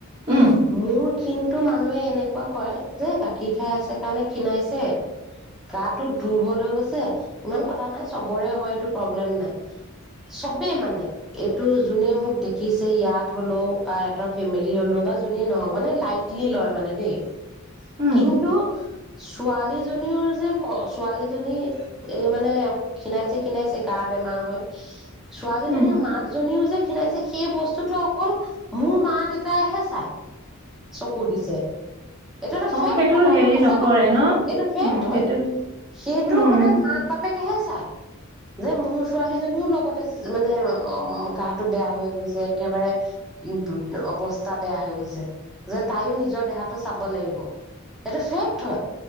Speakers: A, on the right; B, in the centre.
A: উম
B: মোৰ কিন্তু মানুহে এনেকুৱা কৰে যে গাখীৰ খাই আছে কাৰণে ক্ষীণাইছে, গাটো দুৰ্বল হৈ গৈছে, ইমান কথা নাই চবৰে হয়। এইটো প্ৰব্লেম নাই। চবেই মানে এইটো যোনে মোক দেখিছে এই ইয়াত হলোঁ বা এটা ফেমিলি হলোঁ বা যোনে নহওঁক মানে লাইটলি লয় মানে দেই।
A: উম
B: কিন্তু ছোৱালীজনীৰও যে ক ছোৱালীজনী এ, মানে খীণাইছে খীণাইছে গা বেমাৰ হৈ। ছোৱালীজনীৰ
A: উম
B: মাকজনীও যে খীনাইছে সেই বসত বস্তুটো অকল মোৰ মা দেউতাইহে চাই। চকু দিছে। এইটো এটা
A: অ
B: ফেক্ট
A: সেইটোৰ
B: কথা
A: হেৰি
B: এইটো সঁচা
A: নকৰে
B: কথা,
A: ন
B: এইটো ফেক্ট
A: উম সেইটো
B: হয়, সেইটো
A: উম
B: সদায় মাক বাপেকেহে চাই। যে মোৰ ছোৱালীজনীও লগতে মানে অ, গাটো বেয়া হৈ গৈছে। একেবাৰে <unintelligible> অৱস্থা বেয়া হৈ গৈছে, যে তাইও নিজৰ দেহাটো চাব লাগিব। এইটো ফেক্ট হয়।